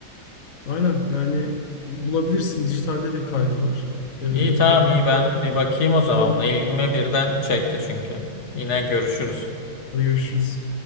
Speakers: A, on the left (about 60°); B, on the left (about 75°).
A: Aynen yani e, bulabilirsin. Dijitalde de kaydı
B: Hı hı.
A: var. Ee,
B: İyi tamam
A: okuyana
B: iyi ben
A: da vardır.
B: bir bakayım
A: Çok
B: o
A: kolay
B: zaman
A: bulmuş.
B: buna. İlgimi birden çekti çünkü. Yine görüşürüz.
A: Hadi görüşürüz.